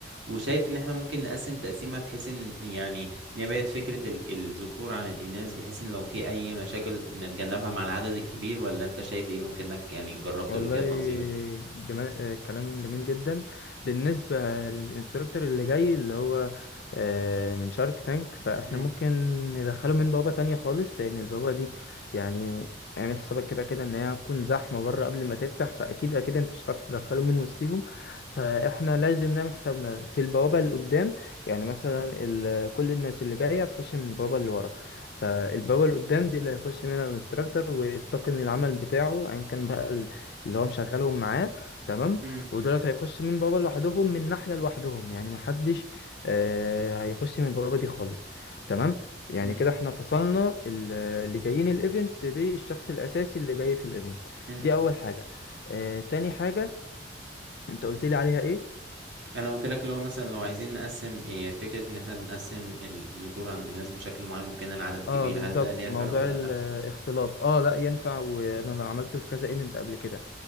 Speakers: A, on the right; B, on the left.
A: وشايف ان احنا ممكن نقسم تقسيمة بحيث ان يعني نبعد فكرة ال- الذكور عن الإناث بحيث إن لو في أي مشاكل نتجنبها مع العدد الكبير ولا أنت شايف إيه ممكنك يعني جربت
B: والله
A: قبل كده تنظيم؟
B: جمال... آه، كلام جميل جدا بالنسبة للانستراكتور اللي جاي اللي هو آه، من شارك تانك فاحنا
A: مم.
B: ممكن ندخله من بوابة تانية خالص لأن البوابة دي يعني اعمل حسابك كده كده ان هي هتكون زحمة بره قبل ما تفتح فأكيد أكيد انت مش هتعرف تدخله من وسطهم فاحنا لازم نعمل حسابنا في البوابة اللي قدام يعني مثلا ال... كل الناس اللي جاية هتخش من البوابة اللي ورا فالبوابة اللي قدام دي اللي هيخش منها الانستراكتور والطاقم العمل بتاعه أيا كان بقى اللي هو مشغلهم معاه تمام
A: مم.
B: ودولت هيخش من بابا لوحدهم من ناحية لوحدهم يعني محدش آه هيخش من بابا دي خالص تمام يعني
A: مم.
B: كده احنا فصلنا ال- اللي جايين الايفنت بالشخص الأساسي اللي جاي في الايفنت
A: مم.
B: دي أول حاجة آه تاني حاجة انت قلت لي عليها ايه
A: أنا قلت لك لو مثلا لو عايزين نقسم إيه فكرة إن إحنا بنقسم الذكور عن الإناث بشكل معين ممكن العدد كبير
B: اه بالظبط
A: هل ده ليه
B: موضوع
A: فرق ولا
B: الاختلاط
A: لأ؟
B: اه لا ينفع وانا عملته في كذا ايفنت قبل كده